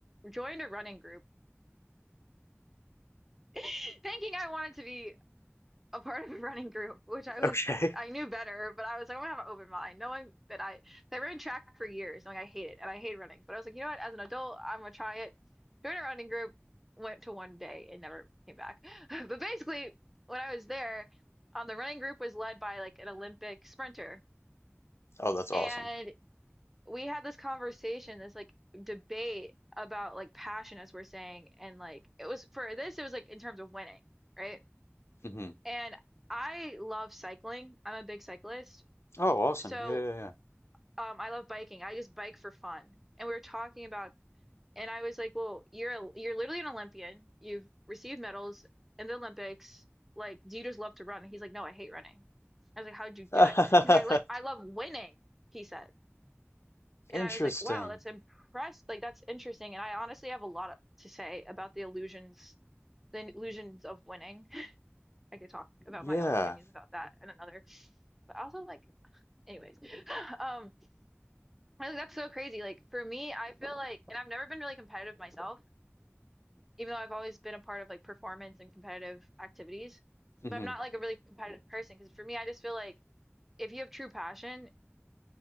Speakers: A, in the centre; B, on the left.
A: joined a running group <laughs> thinking I wanted to be a part of a running group, which I was
B: Okay.
A: I
B: <laughs>
A: knew better, but I was like, I'm gonna have an open mind, knowing that I that I ran track for years, and like I hate it and I hate running. But I was like, you know what, as an adult, I'm gonna try it. Joined a running group, went to one day and never came back. <laughs> But basically, when I was there, um, the running group was led by like an Olympic sprinter,
B: Oh, that's awesome.
A: and we had this conversation, this like debate about like passion, as we're saying, and like it was for this, it was like in terms of winning, right?
B: hmm
A: And I love cycling. I'm a big cyclist.
B: Oh, awesome.
A: So
B: Yeah,
A: um, I love biking. I just bike for fun. And we were talking about, and I was like, well, you're a, you're literally an Olympian. You've received medals in the Olympics. Like, do you just love to run? And he's like, no, I hate running. I was like, how'd you do
B: yeah,
A: it?
B: yeah.
A: He's like, I like, I love winning, he said.
B: <laughs>
A: And
B: Interesting.
A: I was like, wow, that's impressed. Like, that's interesting. And I honestly have a lot to say about the illusions, the illusions of winning. <laughs> I could talk about
B: Yeah.
A: my own opinions about that and another. But also, like, anyways <laughs> um I like that's so crazy like for me I feel like and I've never been really competitive myself even though I've always been a part of like performance and competitive activities
B: hmm
A: but I'm not like a really competitive person because for me I just feel like if you have true passion